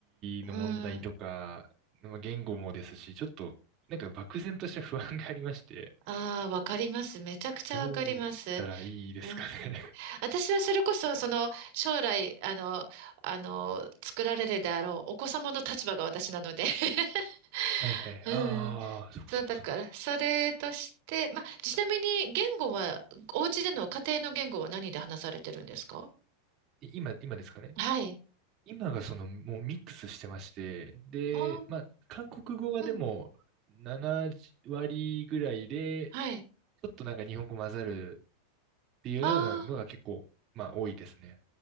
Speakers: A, on the right (about 35°); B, on the right (about 60°).
A: ティの問題とか、
B: うん。
A: まあ、言語もですし、ちょっとなんか漠然とした不安がありまして、
B: ああ、わかります。めちゃくちゃわかります。
A: どうしたらいいですかね。
B: うん私はそれこそ、その、将来、あの、あの、作られるであろう、お子様の立場が私なので。<laughs>
A: <laughs> はいはい。
B: うん。
A: ああ、
B: <laughs>
A: そこそこそこ。
B: そう、だから、それとして、ま、ちなみに、言語は、お家での家庭の言語は何で話されてるんですか
A: い今、今ですかね。
B: はい。
A: 今がそのもうミックスしてまして、で、
B: あ、
A: まあ、韓国語がでも7割ぐらいで、
B: うん。はい。
A: ちょっとなんか日本語混ざるっていうようなのが結構、
B: ああ。
A: まあ多いですね。